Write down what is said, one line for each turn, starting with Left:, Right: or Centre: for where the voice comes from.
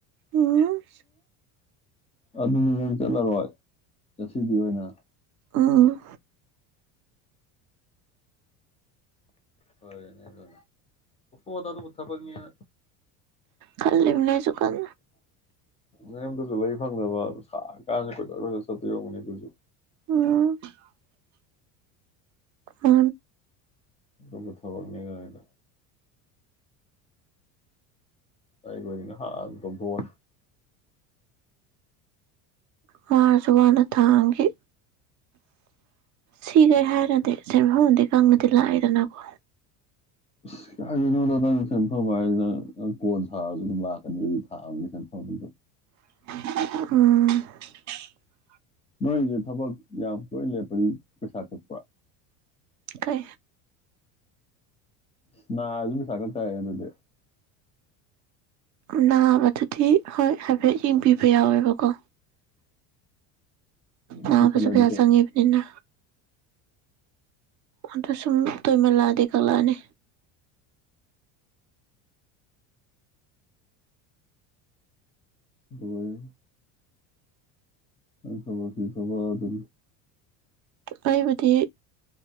Right: ꯎꯝ
Left: ꯑꯅꯤ ꯆꯂꯔꯣꯏ ꯉꯁꯤꯗꯤ ꯑꯣꯏꯅ
Right: ꯎꯝ
Left: ꯍꯅꯦ ꯑꯗꯨ ꯑꯣꯗ ꯑꯗꯨ ꯄꯨꯊꯄꯤꯅ
Right: ꯈꯜꯃꯤ ꯂꯩꯁꯨ ꯀꯥꯟ
Left: ꯅꯦꯝ ꯇꯨꯖꯨ ꯂꯩ ꯐꯪꯗꯕ ꯁꯥ ꯀꯥꯅꯤ ꯀꯣꯏ ꯀꯣꯏ ꯁꯇꯌꯒꯅꯤ ꯇꯨꯖꯨ
Right: ꯑꯣ ꯑ
Left: ꯕꯨ ꯊꯕꯜꯅꯤ ꯀꯅꯤꯗ ꯑꯩ ꯀꯅ ꯍꯥꯗ ꯣꯟ
Right: ꯃꯥꯔꯁꯨ ꯋꯥꯅ ꯊꯥꯡꯈꯤ ꯁꯤꯈꯩ ꯍꯥꯏꯔꯗꯤ ꯁꯦꯟꯐꯝꯗꯤ ꯀꯪꯅꯗꯤ ꯂꯥꯛꯏꯦꯗꯅꯀꯣ
Left: ꯁ ꯀꯣ ꯊ
Right: ꯎ
Left: ꯅꯣꯏꯁꯦ ꯊꯕꯛ ꯌꯥꯝ ꯇꯣꯏꯅ ꯂꯦꯞꯄꯅꯤ ꯄꯩꯁꯥ ꯀꯛꯄ꯭ꯔꯥ
Right: ꯀꯦ
Left: ꯅ ꯑꯗꯨ ꯁꯥꯒ ꯇ ꯑꯗꯨꯗ
Right: ꯅꯥꯕꯗꯨꯗꯤ ꯍꯣꯏ ꯍꯥꯏꯐꯦꯠ ꯌꯦꯡꯕꯤꯕ ꯌꯥꯎꯋꯦꯕꯀꯣ
Left: ꯑꯗꯨ
Right: ꯑ
Left: ꯀꯨꯏꯁꯜꯂꯗꯤ
Right: ꯄꯨꯁꯨ ꯄꯌꯥꯁꯉꯦꯕꯅꯤꯟꯅ
Left: ꯀꯌꯥ
Right: ꯑꯗ ꯁꯨꯝ ꯇꯨꯃ ꯂꯥꯗꯦ ꯀꯂꯥꯅꯤ
Left: ꯑꯗꯨꯒ ꯑ ꯆ ꯑꯗꯨ ꯊꯕꯗ
Right: ꯑꯩꯕꯨꯗꯤ